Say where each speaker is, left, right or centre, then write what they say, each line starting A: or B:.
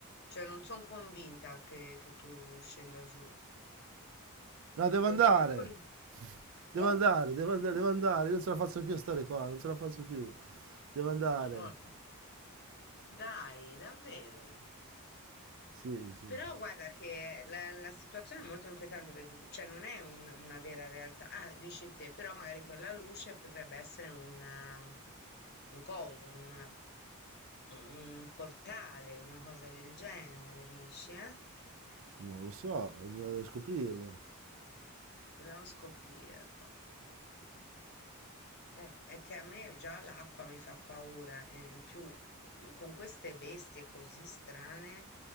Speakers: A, on the left; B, on the right.
A: Cioè, non sono convinta che, che tu scenda giù.
B: No, devo
A: Perché
B: andare!
A: è troppo... in-
B: Devo
A: Eh?
B: andare, devo andare, devo andare, io non ce la faccio più a stare qua, non ce la faccio più. Devo andare.
A: Madonna. Dai, davvero.
B: Sì, sì.
A: Però guarda che la, la situazione è molto inquietante perché cioè, non è un- una vera realtà. Ah, dici te, però magari quella luce potrebbe essere un, um, un coso, un, un portale, una cosa del genere, dici, eh?
B: Non lo so, devo scoprirlo.
A: Dobbiamo scoprirlo. Eh, è che a me già l'acqua mi fa paura, eh, in più eh, con queste bestie così strane,